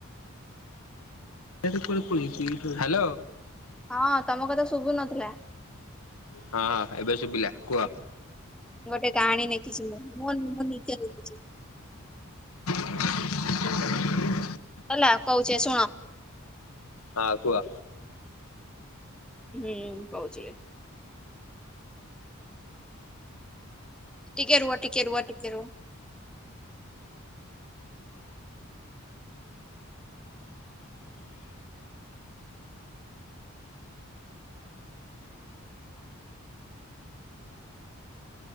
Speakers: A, on the left; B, in the centre.
A: <unintelligible> ହାଲୋ।
B: ହଁ ତମ କଥା ଶୁଭୁ ନଥିଲା।
A: ହଁ, ଏବେ ଶୁଭିଲା କୁହ।
B: ଗୋଟେ କାହାଣୀ ଲେଖିଚି ମୁଁ। ମୁଁ ମୁଁ ନିଜ ଲେଖିଚି।
A: <inaudible>
B: ହେଲା କହୁଚି ଶୁଣ।
A: ହଁ କୁହ।
B: ହୁଁ କହୁଚି। ଟିକେ ରୁହ ଟିକେ ରୁହ ଟିକେ ରୁହ।